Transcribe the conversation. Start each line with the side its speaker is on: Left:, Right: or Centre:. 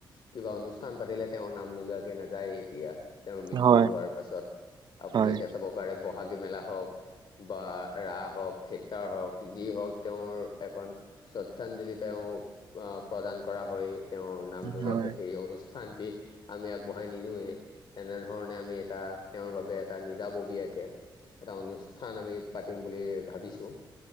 Left: কিবা অনুষ্ঠান পাতিলে তেওঁৰ নাম নোলোৱাকে নাযায়ে এতিয়া। তেওঁৰ মৃত্যু
Right: হয়
Left: হোৱাৰ পাছত আপুনি
Right: হয়
Left: এতিয়া চাব পাৰে বহাগী মেলা হওঁক বা ৰাস হওঁক, থিয়েটাৰ হওঁক, যি হওঁক, তেওঁৰ এখন শ্ৰদ্ধাঞ্জলি তেওঁ আহ প্ৰদান কৰা হয়। তেওঁৰ নাম নোলোৱাকে
Right: হয়
Left: সেই অনুষ্ঠানটি আমি আগবঢ়াই নিনোওৱেই। তেনেধৰণে আমি এটা তেওঁৰ বাবে এটা নিজা ববীয়াকে এটা অনুষ্ঠান আমি পাতিম বুলি ভাবিছোঁ।